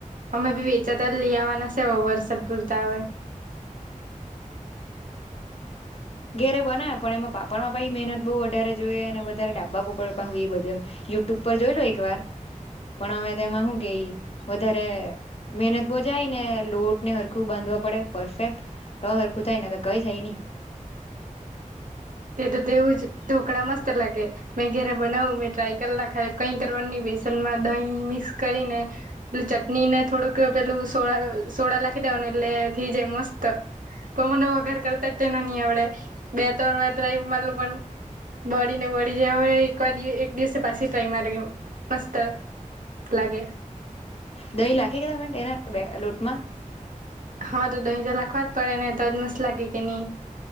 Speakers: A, on the right; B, on the left.
A: અમે બી વેચાતા લઈ આવવાના છે વરસાદ પૂરતા હ
B: ઘેરે બને પણ એમાં પાપડમાં પણ મહેનત બહુ વધારે જોઈએ અને વધારે ડા્બા પપડ એ બધું એમ યુટ્યુબ પર જોઈ લો એક વાર પણ અમે તેમાં શું કે વધારે મહેનત બો જાય ને લોટ ને હરખું બાંધ પડે પરફેક્ટ ટ હરખું થાય ને તો કઈ થાય નહી
A: તે તો તેવું જ ઢોકળા મસ્ત લાગે મે ઘરે બનાવું મેં ટ્રાય કરલા ખ કઈ કરવા ન બેસ દહી મિક્સ કરીને પ ચટ ને થોડું પેલું સો સોડા લખી એટલે થઈ જાય મસ્ત પણ મને વગાર કરતા તે ન નહ આવડે બે ત્રણ વાર મતલ પણ બળીને બળી જ એકવાર એક દિવસે પાછી ટ્રાય મારી મસ્ત લાગે
B: દહીં લખી કે તામે એના બે લોટમાં
A: હા તો દહી જ રાખવા જ પડે ને ત મસ લાગે કે ની